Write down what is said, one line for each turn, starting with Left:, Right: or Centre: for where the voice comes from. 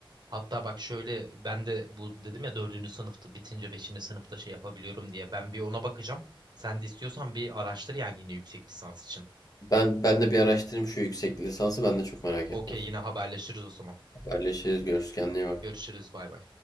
Right: Hatta bak şöyle ben de bu dedim ya dördüncü sınıfta bitince beşinci sınıfta şey yapabiliyorum diye. Ben bir ona bakacağım. Sen de istiyorsan bir araştır yani yine yüksek lisans için.
Left: Ben ben de bir araştırayım şu yüksek lisansı ben de çok merak
Right: Okey
Left: ettim.
Right: yine haberleşiriz o zaman.
Left: Haberleşiriz görüşürüz kendine iyi bak.
Right: Görüşürüz bay bay.